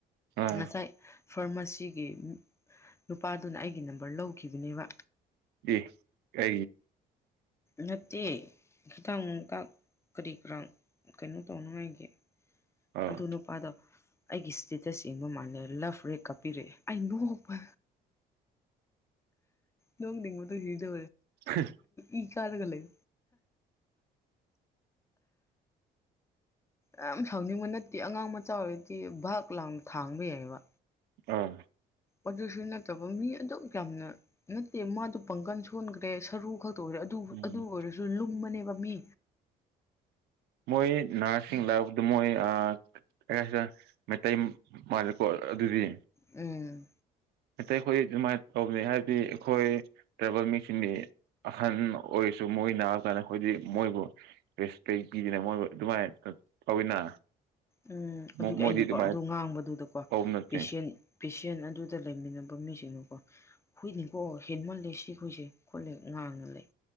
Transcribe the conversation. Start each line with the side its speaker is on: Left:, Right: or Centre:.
Right: ꯑꯥ
Left: ꯉꯁꯥꯏ ꯐꯥꯔꯃꯥꯁꯤꯒꯤ ꯅꯨꯄꯥꯗꯨꯅ ꯑꯩꯒꯤ ꯅꯝꯕꯔ ꯂꯧꯈꯤꯕꯅꯦꯕ
Right: ꯑꯦ ꯀ
Left: ꯅꯠꯇꯦ ꯈꯤꯇꯥꯡ ꯅꯨꯡꯇꯥꯛ ꯀꯔꯤ ꯀꯔꯥꯡ ꯀꯩꯅꯣ ꯇꯧꯅꯉꯥꯏꯒꯤꯦ
Right: ꯑꯥ
Left: ꯑꯗꯨ ꯅꯨꯄꯥꯗꯣ ꯑꯩꯒꯤ ꯏꯁꯇꯦꯇꯁ ꯌꯦꯡꯕ ꯃꯥꯜꯂꯦ ꯂꯞ ꯕ꯭ꯔꯦꯛ ꯀꯞꯄꯤꯔꯛꯑꯦ ꯑꯩ ꯅꯣꯡꯕ ꯂꯣꯡ ꯅꯤꯡꯃ ꯇ ꯍꯤꯗꯦ
Right: ꯍ
Left: ꯏ ꯀꯥꯔꯒ ꯂꯩ ꯌꯥꯝ ꯁꯥꯎꯅꯤꯡꯕ ꯅꯠꯇꯦ ꯑꯉꯥꯡ ꯃꯆꯥ ꯑꯣꯏꯔꯗꯤ ꯚꯥꯛ ꯂꯥꯡ ꯊꯥꯡꯕ ꯌꯥꯏꯑꯕ
Right: ꯑꯥ
Left: ꯑꯗꯨꯁꯨ ꯅꯠꯇꯕ ꯃꯤ ꯑꯗꯨꯛ ꯌꯥꯝꯅ ꯅꯠꯇꯦ ꯃꯥꯗꯨ ꯄꯥꯡꯒꯟ ꯁꯣꯟꯒ꯭ꯔꯦ ꯁꯔꯨ ꯈꯛ ꯇ ꯑꯣꯏꯔꯦ ꯑꯗꯨ
Right: ꯎꯝ
Left: ꯑꯗꯨ ꯑꯣꯏꯔꯁꯨ ꯂꯨꯝꯕꯅꯦꯕ ꯃꯤ
Right: ꯃꯣꯏ ꯅꯥꯔꯁꯤꯡ ꯂꯥꯛꯕꯗ ꯃꯣꯏ ꯑꯥ <unintelligible> ꯃꯩꯇꯩ ꯃꯥꯜꯂꯦꯀꯣ ꯑꯗꯨꯗꯤ
Left: ꯑ
Right: ꯃꯩꯇꯩꯈꯣꯏ ꯑꯗꯨꯃꯥꯏ ꯇꯧꯕꯅꯤ ꯍꯥꯏꯕꯗꯤ ꯑꯩꯈꯣꯏ ꯇ꯭ꯔꯥꯏꯕꯦꯜ ꯃꯤꯡꯁꯤꯅꯤ ꯑꯍꯟ ꯑꯣꯏꯔꯁꯨ ꯃꯣꯏ ꯅꯥꯕ ꯀꯥꯟꯗ ꯑꯩꯈꯣꯏꯗꯤ ꯃꯣꯏꯕꯨ ꯔꯦꯁꯄꯦꯛ ꯄꯤꯗꯅ ꯃꯣꯏ ꯑꯗꯨꯃꯥꯏ ꯇꯧꯋꯤꯅ
Left: ꯎꯝ
Right: ꯃꯣꯏꯗꯤ
Left: ꯑꯗꯨꯒꯤ ꯑꯩꯅꯀꯣ
Right: ꯑꯗꯨꯃꯥꯏꯅ
Left: ꯑꯗꯨ ꯉꯥꯡꯕꯗꯨꯗꯀꯣ
Right: ꯇꯧꯕ ꯅꯠꯇꯦ
Left: ꯄꯦꯁꯦꯟ ꯄꯤꯁꯦꯟ ꯑꯗꯨꯗ ꯂꯩꯃꯤꯟꯅꯕ ꯃꯤꯁꯤꯡꯅꯀꯣ ꯍꯨꯏꯅꯤꯀꯣ ꯍꯦꯟꯃꯜꯂꯦ ꯁꯤꯈꯣꯏꯁꯦ ꯈꯣꯠꯂꯦ ꯉꯥꯡꯅ ꯂꯩ꯫